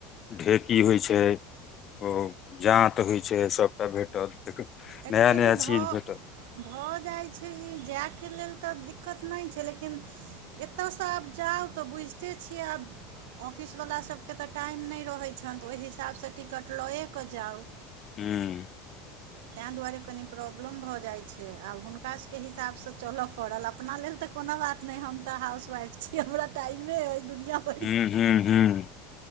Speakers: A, on the left (about 40°); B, on the right (about 70°).
A: ढेकी होइ छै ओ जाँत होइ छै सभटा भेटत
B: एक्चुअली
A: नया नया
B: भऽ
A: चीज भेटत
B: भऽ जाइ छै ई जेऽ के लेल तऽ दिक्कत नय छै लेकिन एतयसँ आब जाउ तऽ बुझिते छियै आब ऑफिस वला सभके तऽ टाइम नय रहै छनि तऽ ओहि हिसाबसँ टिकट लयेऽ कऽ जाउ
A: हूँ
B: तैँ दुआरे कनि प्रॉब्लम भऽ जाइ छै आब हुनका सभके हिसाबसँ चलय पड़ल अपना लेल तऽ कोनो बात नय हम तऽ हाउस वाइफ छी हमरा टाइमे अइ दुनिआ <unintelligible>
A: हूँ हूँ हूँ